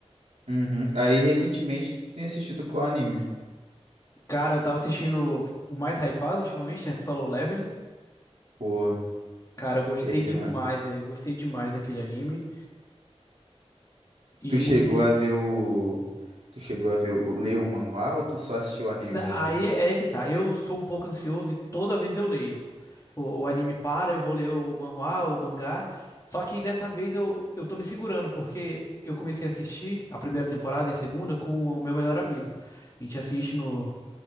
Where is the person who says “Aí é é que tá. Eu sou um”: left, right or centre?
Left